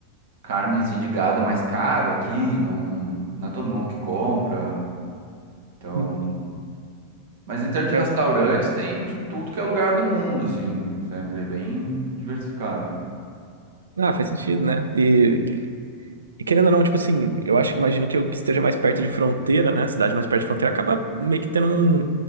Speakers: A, on the right; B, on the right.
A: Carne, assim, de gado é mais caro aqui, não, não é todo mundo que compra. Então.
B: Uhum.
A: Mas em termos de
B: É-
A: restaurantes, tem de tudo que é lugar do mundo, assim. Sempre é bem diversificado.
B: Ah, faz sentido, né? E, e querendo ou não, tipo assim, eu acho, imagino que eu que esteja mais perto de fronteira, né? A cidade mais perto de fronteira acaba meio que tendo um-